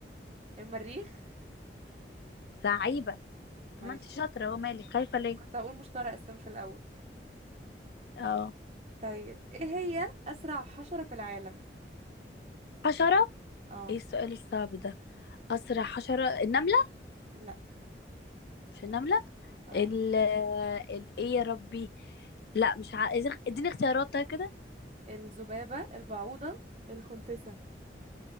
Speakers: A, on the right; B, on the left.
A: المريخ
B: لعيبة
A: ماشي
B: طب ما انت شاطرة هو مالك خايفة ليه
A: كنت هقول مشتري أساسا في الأول
B: اه
A: طيب ايه هي أسرع حشرة في العالم
B: حشرة
A: اه
B: ايه السؤال الصعب ده أسرع حشرة النملة
A: لا
B: مش النملة
A: اه
B: ال ال ايه يا ربي لا مش ع... اديني اختيارات طيب كده
A: الذبابة البعوضة الخنفسة